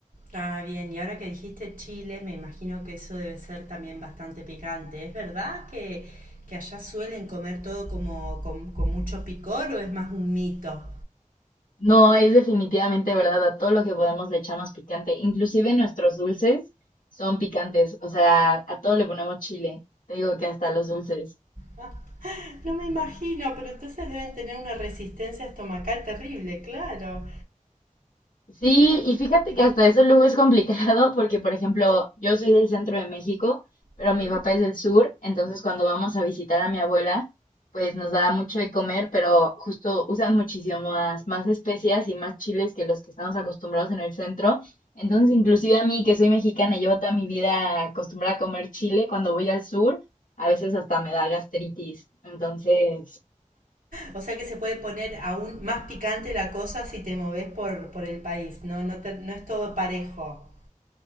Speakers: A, on the right; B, on the left.
A: Ah, bien, y ahora que dijiste Chile, me imagino que eso debe ser también bastante picante. ¿Es verdad que, que allá suelen comer todo como con, con mucho picor o es más un mito?
B: No, es definitivamente verdad, a todo lo que podemos le echamos picante. Inclusive nuestros dulces son picantes, o sea, a todo le ponemos chile. Te digo que hasta los dulces.
A: Ah, no me imagino, pero entonces deben tener una resistencia estomacal terrible, claro.
B: Sí,
A: Qué rico.
B: y fíjate que hasta eso luego es complicado porque, por ejemplo, yo soy del centro de México, pero
A: Ujú.
B: mi papá es del sur, entonces cuando vamos a visitar a mi abuela, pues nos da mucho de comer, pero justo usan muchísimas más especias y más chiles que los que estamos acostumbrados en el centro. Entonces, inclusive a mí, que soy mexicana y llevo toda mi vida acostumbrada a comer chile, cuando voy al sur, a veces hasta me da gastritis. Entonces...
A: O sea que se puede poner aún más picante la cosa si te moves por, por el país, ¿no? No te- no es todo parejo.